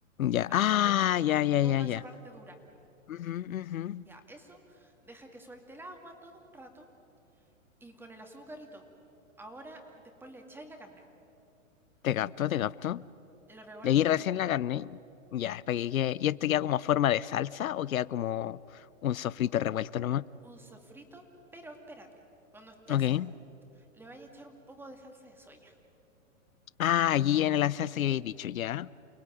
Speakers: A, on the left; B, in the centre.
A: Ya.
B: para
A: Ah,
B: que no le eches como
A: ya, ya,
B: toda
A: ya, ya.
B: esa parte dura.
A: Ujú, ujú.
B: Ya, eso deja que suelte el agua todo un rato y con el azúcar y todo. Ahora después le echáis la carne,
A: Te capto, te capto.
B: lo revuelves
A: Y aquí recién
B: muy
A: la
B: bien.
A: carne. Ya, es para que quede- ¿Y esto queda como forma de salsa o queda como un sofrito revuelto nomás?
B: Un sofrito, pero espérate, cuando esté así
A: Ok.
B: le vais a echar un poco de salsa de soya.
A: Ah, allí en la salsa que habéis dicho, ya.